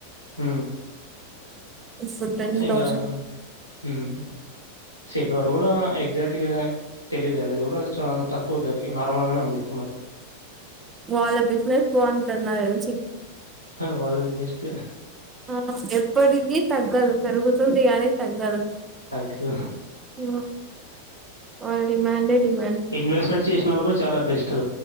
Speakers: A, on the right; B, on the right.
A: హ
B: ఇప్పుడు టెన్
A: ఇంకా
B: థౌసండ్
A: హమ్ సిల్వర్ కూడా ఎగ్జాక్ట్గా తెలీయదు అది కూడా ఆది చాలా తక్కువ దరకి నార్మల్ గానే ఉందిప్పుడు మరి
B: వాళ్ళ బిజినెస్ బాగుంటుంది నాకు తెలిసి
A: వాళది బెస్ట్
B: ఆ ఎప్పటికిీ తగ్గదు పెరుగుతుంది కానీ తగ్గదు
A: తగ్గదు
B: ఆ వాళ్ళ డిమాండే డిమాండ్
A: ఇన్వెస్ట్ ఇన్వెస్ట్ చేసిన వాళ్ళు కూడా చాలా బెస్ట్